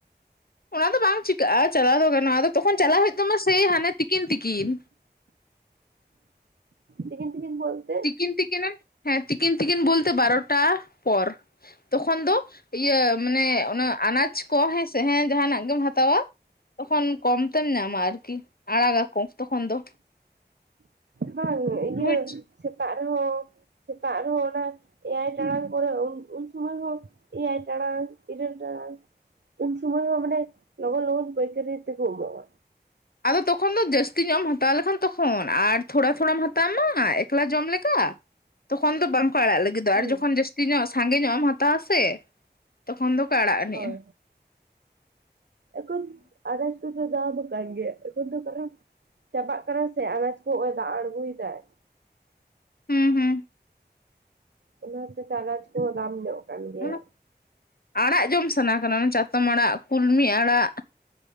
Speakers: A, on the left; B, on the right.
A: ᱚᱱᱟ ᱫᱚ ᱵᱟᱝ ᱪᱤᱠᱟᱹᱜᱼᱟ ᱪᱟᱞᱟᱣ ᱫᱚ ᱜᱟᱱᱚᱜᱼᱟ ᱟᱫᱚ ᱛᱚᱠᱷᱚᱱ ᱪᱟᱞᱟᱣ ᱦᱩᱭᱩᱜ ᱛᱟᱢᱟ ᱥᱮᱭ ᱦᱟᱱᱮ ᱛᱤᱠᱤᱱ ᱛᱤᱠᱤᱱ᱾
B: ᱛᱤᱠᱤᱱ ᱛᱤᱠᱤᱱ ᱵᱚᱞᱛᱮ?
A: ᱛᱤᱠᱤᱱ ᱛᱤᱠᱤᱱ ᱦᱮᱸ ᱛᱤᱠᱤᱱ ᱛᱤᱠᱤᱱ ᱵᱚᱞᱛᱮ ᱵᱟᱨᱚᱴᱟ ᱯᱚᱨ᱾ ᱛᱚᱠᱷᱚᱱ ᱫᱚ ᱤᱭᱟᱹ ᱢᱟᱱᱮ ᱚᱱᱟ ᱟᱱᱟᱡ ᱠᱚ ᱦᱮᱸ ᱥᱮ ᱦᱮᱸ ᱡᱟᱦᱱᱟᱜ ᱜᱮᱢ ᱦᱟᱛᱟᱣᱟ ᱛᱚᱠᱷᱚᱱ ᱠᱚᱢ ᱛᱮᱢ ᱧᱟᱢᱼᱟ ᱟᱨᱠᱤ᱾ ᱟᱲᱟᱜᱟᱠᱚ ᱛᱚᱠᱷᱚᱱ ᱫᱚ
B: ᱵᱟᱝ ᱤᱭᱟᱹ
A: ᱵᱩᱡᱽ
B: ᱥᱮᱛᱟᱜ ᱨᱮᱦᱚᱸ ᱥᱮᱛᱟᱜ ᱨᱮᱦᱚᱸ ᱚᱱᱟ ᱮᱭᱟᱭ ᱴᱟᱲᱟᱝ ᱠᱚᱨᱮ ᱩᱱ ᱥᱚᱢᱚᱭ ᱦᱚᱸ ᱮᱭᱟᱭ ᱴᱟᱲᱟᱝ ᱤᱨᱟᱹᱞ ᱴᱟᱲᱟᱝ᱾ ᱩᱱ ᱥᱚᱢᱚᱭ ᱦᱚᱸ ᱢᱟᱱᱮ ᱞᱚᱜᱚᱱ ᱞᱚᱜᱚᱱ ᱯᱟᱹᱭᱠᱟᱨᱤ ᱛᱮᱠᱚ ᱮᱢᱚᱜᱼᱟ᱾
A: ᱟᱫᱚ ᱛᱚᱠᱷᱚᱱ ᱫᱚ ᱡᱟᱹᱥᱛᱤ ᱧᱚᱜ ᱮᱢ ᱦᱟᱛᱟᱣ ᱞᱮᱠᱷᱟᱱ ᱛᱚᱠᱷᱚᱱ ᱟᱨ ᱛᱷᱚᱲᱟ ᱛᱷᱚᱲᱟᱢ ᱦᱟᱛᱟᱣ ᱢᱟ ᱮᱠᱞᱟ ᱡᱚᱢ ᱞᱮᱠᱟ ᱛᱚᱠᱷᱚᱱ ᱫᱚ ᱵᱟᱝᱠᱚ ᱟᱲᱟᱜ ᱞᱟᱜᱤᱫ ᱞᱟᱹᱜᱤᱫ ᱫᱚᱜᱼᱟ
B: ᱦᱩᱸ
A: ᱟᱨ ᱡᱚᱠᱷᱚᱱ ᱡᱟᱹᱥᱛᱤ ᱧᱚᱜ ᱥᱟᱸᱜᱮ ᱧᱚᱜ ᱮᱢ ᱦᱟᱛᱟᱣᱼᱟ ᱥᱮ ᱛᱚᱠᱷᱚᱱ ᱫᱚᱠᱚ ᱟᱲᱟᱜ ᱟᱱᱤᱡᱼᱟ᱾
B: ᱦᱳᱭ ᱮᱠᱷᱚᱱ ᱟᱱᱟᱡ ᱠᱚᱫᱚ ᱫᱟᱢ ᱫᱚ ᱠᱟᱱ ᱜᱮᱭᱟ ᱮᱠᱷᱚᱱ ᱫᱚ ᱠᱟᱨᱚᱱ ᱪᱟᱵᱟᱜ ᱠᱟᱱᱟ ᱥᱮ ᱟᱱᱟᱡ ᱠᱚ ᱱᱚᱜᱼᱚᱭ ᱫᱟᱜ ᱟᱬᱜᱚᱭ ᱫᱟᱭ᱾
A: ᱦᱩᱸ ᱦᱩᱸ
B: ᱚᱱᱟ ᱦᱚᱛᱮᱫ ᱛᱮ ᱟᱱᱟᱡ ᱠᱚᱦᱚᱸ ᱫᱟᱢ ᱧᱚᱜ ᱠᱟᱱ ᱜᱮᱭᱟ᱾
A: ᱚᱱᱟ ᱟᱲᱟᱜ ᱡᱚᱢ ᱥᱟᱱᱟ ᱠᱟᱱᱟ ᱚᱱᱟ ᱪᱟᱛᱚᱢ ᱟᱲᱟᱜ ᱠᱩᱞᱢᱤ ᱟᱲᱟᱜ